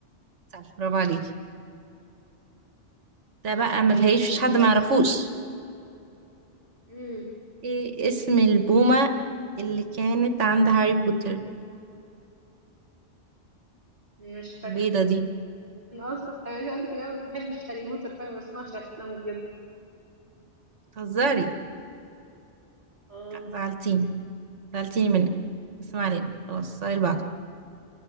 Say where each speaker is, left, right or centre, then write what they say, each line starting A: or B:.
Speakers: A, on the right; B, on the right.
A: صعب برافو عليكي ده بقى
B: اوكي
A: ما تهيش
B: اسألي
A: حد
B: بس
A: ما يعرفوش
B: مم.
A: ايه اسم البومة اللي كانت عند هاري بوتر
B: مش فاكرة
A: البيضة دي
B: أنا أصلا أنا عايزة أقولك إن أنا ما بحبش هاري بوتر فأنا ما بسمعش أفلامه بجد
A: بتهزري
B: اه
A: لأ، زعلتيني زعلتيني منك بس ما علينا خلاص السؤال اللي بعده